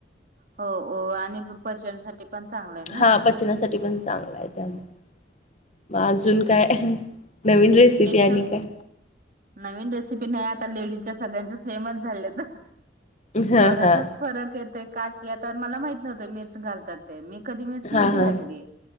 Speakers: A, on the right; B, on the left.
A: हो आणि पचनसाठी पण चांगला आहे ना.
B: हा पचनासाठी
A: हम्म.
B: पण चांगला आहे त्यामुळे मग अजून काय? नवीन रेसिपी
A: स्पेशल
B: आणि काय?
A: नवीन रेसिपी नाही आता लेडीजच्या सगळ्यांच्या सेमच झाल्यात
B: हा
A: थोडसाच.
B: हा
A: फरक येतेय काकी आता मला माहित नव्हत मिर्च घालतात ते मग कधी मिरच
B: हा
A: नव्हती
B: हा
A: घातली